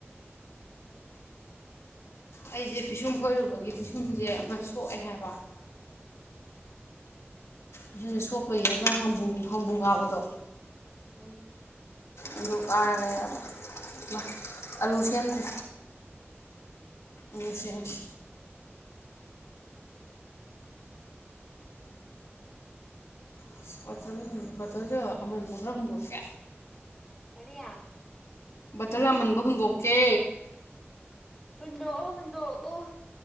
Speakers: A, on the left; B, in the centre.
A: ꯑꯩꯁꯦ ꯄꯤꯁꯨꯝ ꯐꯣꯏꯔꯨꯕꯒꯤ ꯄꯤꯁꯨꯝꯁꯦ ꯑꯃ ꯁꯣꯛꯑꯦ ꯍꯥꯏꯕ ꯑꯁꯤꯅ ꯁꯣꯛꯄꯩ ꯑꯃ ꯍꯥꯝꯕꯨ ꯍꯝꯕꯨꯨ ꯀꯥꯕꯗꯣ
B: ꯎꯝ
A: ꯑꯗꯨ ꯀꯥꯔꯒꯥ ꯌꯥꯕ ꯏꯃꯥ ꯑꯂꯨ ꯁꯦꯝꯗ꯭ꯔꯤ ꯏꯂꯤꯐ꯭ꯔꯦꯟꯁ <unintelligible> ꯕꯣꯇꯜꯁꯨ ꯑꯃꯟꯕ ꯈꯔ ꯍꯪꯗꯣꯛꯀꯦ
B: ꯀꯔꯤꯌꯥ
A: ꯕꯇꯔ ꯑꯥꯃꯟꯕ ꯍꯨꯟꯗꯣꯛꯀꯦ
B: ꯍꯨꯟꯗꯣꯛꯑꯣ ꯍꯨꯟꯗꯣꯛꯑꯣ